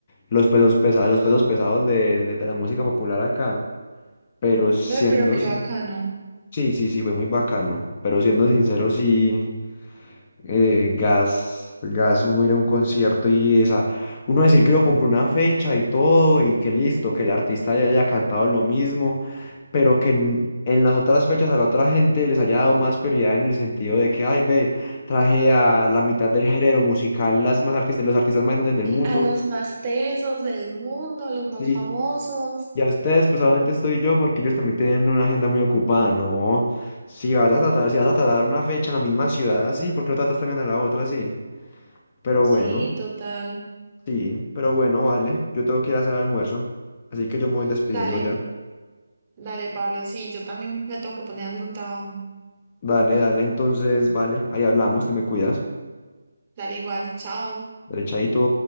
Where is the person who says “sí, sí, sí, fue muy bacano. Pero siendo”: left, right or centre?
Left